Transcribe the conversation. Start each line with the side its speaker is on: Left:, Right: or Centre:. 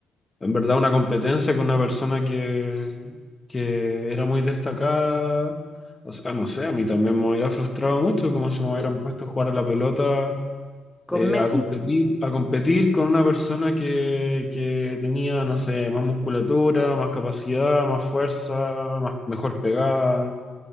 Left: en verdad una competencia con una persona que, que era muy destacada. O sea, no sé, a mí también me hubiera frustrado mucho como si me hubieran puesto a jugar a la pelota,
Centre: con
Left: eh,
Centre: Messi,
Left: a competir,
Centre: sí.
Left: a competir con una persona que, que tenía, no sé, más musculatura, más capacidad, más fuerza, más, mejor pegada.